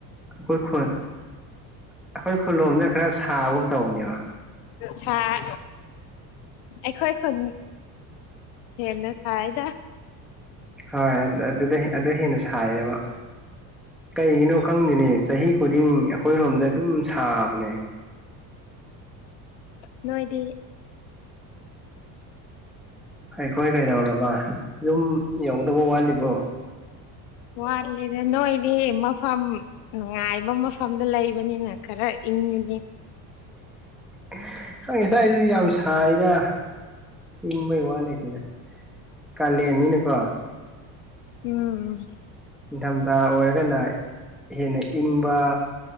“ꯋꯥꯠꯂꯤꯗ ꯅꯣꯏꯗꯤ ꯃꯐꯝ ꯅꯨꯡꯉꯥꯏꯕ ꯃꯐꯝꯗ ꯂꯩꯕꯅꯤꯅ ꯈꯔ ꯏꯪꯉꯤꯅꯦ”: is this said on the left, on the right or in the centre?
Left